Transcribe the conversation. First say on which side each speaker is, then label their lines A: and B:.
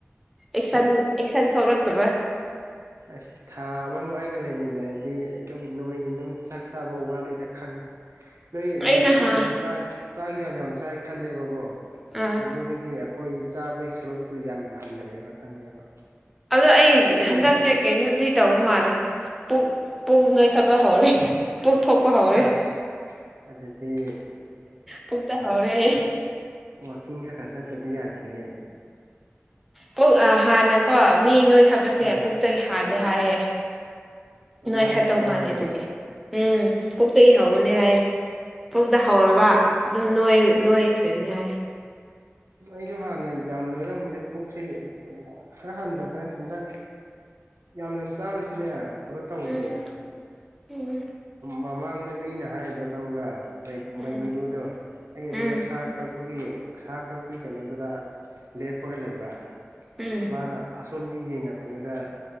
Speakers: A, in the centre; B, on the right.
A: ꯑꯦꯛꯁꯟ ꯑꯦꯛꯁꯟ ꯊꯣꯛꯂꯛꯇꯕ
B: ꯑꯁ ꯊꯥ ꯑꯃꯃꯨꯛ ꯑꯩꯒ ꯂꯩꯃꯤꯟꯅꯔꯗꯤ ꯑꯗꯨꯝ ꯅꯣꯏꯅꯤ ꯅꯣꯏ ꯆꯥꯛ ꯆꯥꯕ ꯋꯥꯠꯂꯤꯗ ꯈꯪꯉꯤ ꯅꯣꯏ
A: ꯑꯩꯅ
B: ꯅꯁꯥꯒꯤꯗꯤ
A: ꯍꯥ
B: ꯆꯥꯛ ꯆꯥꯛ ꯌꯥꯝ ꯆꯥꯏ ꯈꯜꯂꯦꯕꯀꯣ
A: ꯑꯥ
B: ꯑꯗꯨꯗꯒꯤ ꯑꯩꯈꯣꯏ ꯆꯥꯕꯒꯤ ꯁꯔꯨꯛꯇꯨ ꯌꯥꯝ ꯍꯟꯊꯩꯑꯦꯕ ꯈꯪꯉꯦꯕ
A: ꯑꯗꯣ ꯑꯩ
B: ꯑꯗꯨꯅꯦ
A: ꯍꯟꯗꯛꯁꯦ ꯀꯩꯅꯣꯗꯤ ꯇꯧꯕ ꯃꯥꯜꯂꯦ ꯄꯨꯛ ꯄꯨꯛ ꯅꯣꯏꯈꯠꯄ ꯍꯧꯔꯦ ꯄꯨꯛꯊꯣꯛꯄ ꯍꯧꯔꯦ
B: ꯑꯁ ꯑꯗꯨꯗꯤ
A: ꯄꯨꯛꯇ ꯍꯧꯔꯦ ꯑꯩ
B: ꯋꯥꯛꯀꯤꯡ ꯈꯔ ꯈꯔ ꯆꯠꯇꯗꯤ ꯌꯥꯗ꯭ꯔꯦ
A: ꯄꯨꯛ ꯍꯥꯟꯅꯀꯣ ꯃꯤ ꯅꯣꯏꯈꯠꯄꯁꯦ
B: ꯎꯝ
A: ꯄꯨꯛꯇꯒꯤ ꯍꯥꯟꯂꯦ ꯍꯥꯏꯌꯦ
B: ꯑꯗꯨꯃꯥꯏ
A: ꯅꯣꯏ ꯈꯠꯇꯧ
B: ꯑꯗꯨꯃꯥꯏꯅ
A: ꯃꯥꯜꯂꯦ
B: ꯍꯥꯏꯕ꯭ꯔꯣ
A: ꯑꯗꯨꯗꯤ ꯎꯝ ꯄꯨꯛꯇꯒꯤ ꯍꯧꯕꯅꯤ ꯍꯥꯏꯌꯦ ꯄꯨꯛꯇ ꯍꯧꯔꯕ
B: ꯑꯩ
A: ꯑꯗꯨꯝ ꯅꯣꯏ ꯅꯣꯏ ꯅꯣꯏꯈꯔꯥꯅꯤ ꯍꯥꯏꯌꯦ
B: ꯑꯩꯁꯨ ꯍꯥꯟꯅ ꯌꯥꯝ ꯅꯣꯏꯔꯝꯕꯅꯦ ꯄꯨꯛꯁꯦ ꯈꯔ ꯍꯟꯗꯛ ꯈꯔ ꯍꯟꯗꯛ ꯌꯥꯝꯅ ꯆꯥꯔꯁꯨꯅꯦ ꯍꯥꯏꯕ ꯀꯩꯅꯣ ꯇꯧꯗ꯭ꯔꯦꯗ
A: ꯎꯝ ꯎꯝ
B: ꯃꯃꯥꯡꯗ ꯃꯤꯅ ꯍꯥꯏꯗꯣ ꯈꯪꯕ꯭ꯔꯥ
A: ꯎꯝ
B: ꯃꯩꯒꯨꯂꯨꯗꯣ ꯑꯩ ꯑꯗꯨꯗ
A: ꯎꯝ
B: ꯁꯥ ꯀꯛꯄꯒꯤ ꯁꯥ ꯀ ꯑꯩꯈꯣꯏ ꯀꯩꯅꯣꯗꯨꯗ ꯂꯦꯞꯄꯒ ꯂꯩꯕ
A: ꯎꯝ
B: ꯃꯥꯅ ꯑ ꯁꯣꯝꯗꯒꯤ ꯌꯦꯡꯉꯛꯄꯗꯨꯗ